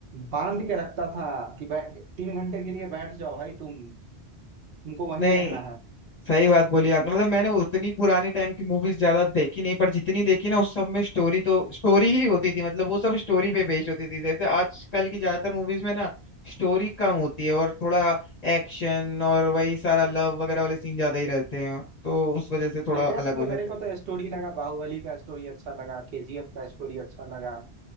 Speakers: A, on the right (about 65°); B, on the left (about 45°).
A: बांध के रखता था कि बैठ तीन घंटे के लिए बैठ जाओ भाई तुम तुमको वहीं
B: नहीं
A: रहना है
B: सही बात बोली आपने मतलब मैंने उतनी पुराने टाइम की मूवीज ज्यादा देखी नहीं पर जितनी देखी ना उस सब में स्टोरी तो स्टोरी ही होती थी मतलब वो सब स्टोरी पे बेस्ड होती थी जैसे आजकल की ज्यादातर मूवीज में ना स्टोरी कम होती है और थोड़ा एक्शन और वही सारा लव वगैरह वाले सीन ज्यादा ही रहते हैं तो उस वजह से थोड़ा
A: लेटेस्ट
B: अलग
A: में
B: हो जाते
A: मेरे को
B: हैं
A: तो स्टोरी लगा बाहुबली का स्टोरी अच्छा लगा केजीएफ का स्टोरी अच्छा लगा